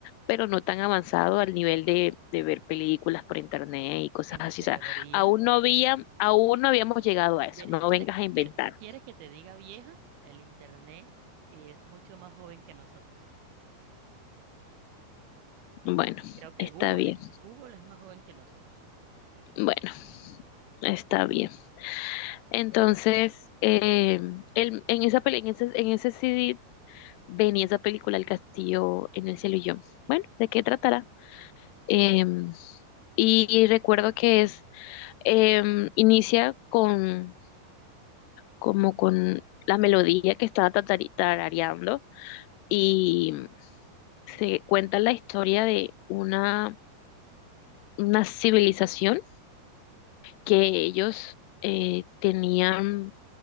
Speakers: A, on the left; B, on the right.
A: pero no tan avanzado al nivel de, de ver películas por internet y cosas
B: En
A: así.
B: teoría.
A: O sea, aún no había, aún no habíamos llegado a eso.
B: ¿Quieres,
A: No
B: quieres,
A: vengas a inventar.
B: quieres, quieres que te diga vieja? El internet es mucho más joven que nosotros.
A: Bueno,
B: Creo que
A: está
B: Google,
A: bien.
B: es- Google es más joven que nosotros.
A: Bueno, está bien. Entonces, eh, el- en esa peli- en ese, en ese CD venía esa película El Castillo en el cielo y yo. Bueno, ¿de qué tratará? Em, y, y recuerdo que es, em, inicia con como con la melodía que estaba tatari- tarareando y se cuenta la historia de una, una civilización que ellos eh, tenían,